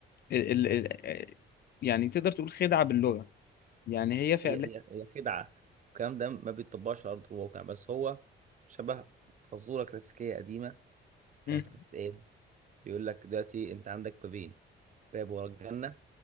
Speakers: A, on the left; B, on the right.
A: ال... ال... ال... يعني تقدر تقول خدعة باللغة يعني هي فعلا
B: هي هي هي خدعه الكلام ده ما بيتطبقش على ارض الواقع بس هو شبه فزوره كلاسيكيه قديمه كانت
A: مم،
B: بتتقال بيقول لك دلوقتي انت عندك بابين باب ورا الجنه